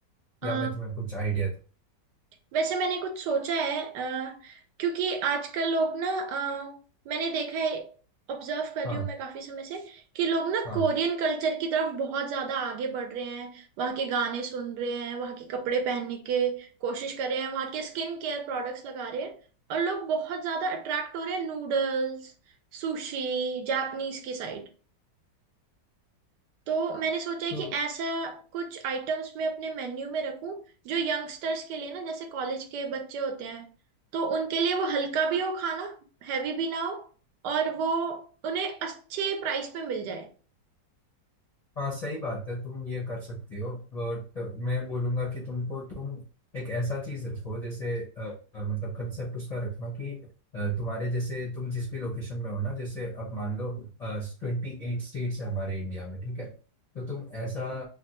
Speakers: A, on the right (about 70°); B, on the left (about 50°).
A: अ,
B: या मैं तुम्हें कुछ आइडिया दूँ
A: वैसे मैंने कुछ सोचा है अ, क्योंकि आजकल लोग ना अ, मैंने देखा है ऑब्जर्व कर
B: हाँ
A: रही हूँ मैं काफी समय से कि लोग ना
B: हाँ
A: कोरियन कल्चर की तरफ बहुत ज्यादा आगे बढ़ रहे हैं वहाँ के गाने सुन रहे हैं वहाँ के कपड़े पहनने के कोशिश कर रहे हैं वहाँ के स्किन केयर प्रोडक्ट्स लगा रहे हैं और लोग बहुत ज्यादा अट्रैक्ट हो रहे हैं नूडल्स सुशी जापानीज की साइड तो मैंने सोचा है
B: तो
A: कि ऐसा कुछ आइटम्स मैं अपने मेन्यू में रखूं जो यंगस्टर्स के लिए ना जैसे कॉलेज के बच्चे होते हैं तो उनके लिए वो हल्का भी हो खाना हैवी भी ना हो और वो उन्हें अच्छे प्राइस पे मिल जाए
B: हाँ सही बात है तुम ये कर सकती हो बट मैं बोलूंगा कि तुमको तुम एक ऐसा चीज रखो जैसे अ, अ, मतलब कंसेप्ट उसका रखना कि अ, तुम्हारे जैसे तुम जिस भी लोकेशन में हो ना जैसे अब मान लो ट्वेंटी एट स्टेट्स है हमारे इंडिया में ठीक है तो तुम ऐसा